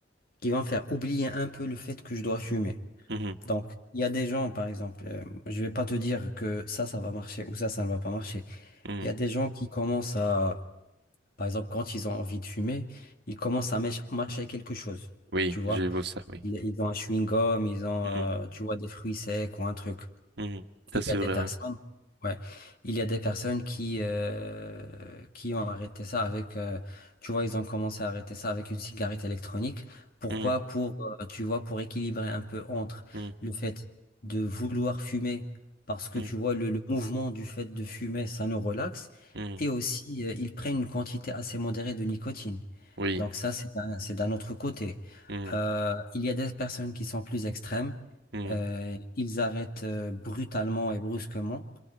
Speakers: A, on the left; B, on the right.
A: qui va me faire oublier un peu le fait que je dois fumer.
B: mhm,
A: Donc, il y a des gens, par exemple, euh, je vais pas te dire que ça, ça va marcher ou ça, ça ne va pas marcher.
B: mhm.
A: Il y a des gens qui commencent à, par exemple, quand ils ont envie de fumer, ils commencent à mâch- mâcher quelque chose.
B: Oui,
A: Tu vois?
B: j'ai beau ça, oui.
A: Ils, ils ont un chewing-gum, ils ont,
B: Mhm,
A: euh, tu vois, des fruits secs ou un truc.
B: mhm. Ça,
A: Il
B: c'est
A: y a des
B: vrai,
A: personnes,
B: oui.
A: ouais, il y a des personnes qui, euh, qui ont arrêté ça avec, euh, tu vois, ils ont commencé à arrêter ça avec une cigarette électronique. Pourquoi?
B: Mhm,
A: Pour, euh, tu vois, pour équilibrer un peu entre
B: mhm,
A: le fait de vouloir fumer, parce que
B: mhm,
A: tu vois, le, le mouvement du fait de fumer, ça nous relaxe,
B: mhm.
A: et aussi, euh, ils prennent une quantité assez modérée de nicotine.
B: Oui.
A: Donc ça, c'est d'un, c'est d'un autre côté.
B: mhm,
A: Euh, il y a des personnes qui sont plus extrêmes
B: mhm.
A: euh, ils arrêtent euh, brutalement et brusquement.